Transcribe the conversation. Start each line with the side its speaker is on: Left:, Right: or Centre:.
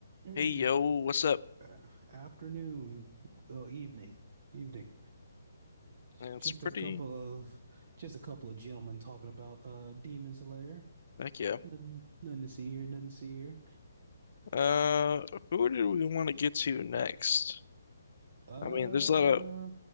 Right: Mm,
Left: Hey yo, what's up?
Right: uh, afternoon, well, evening, evening. J-
Left: It's
Right: Just
Left: pretty,
Right: a couple of, just a couple of gentlemen talking about uh Demon Slayer.
Left: heck yeah.
Right: Nothing, nothing to see here. Nothing to see here.
Left: Uh, who do we want to get to next?
Right: Uh,
Left: I mean, there's a lot of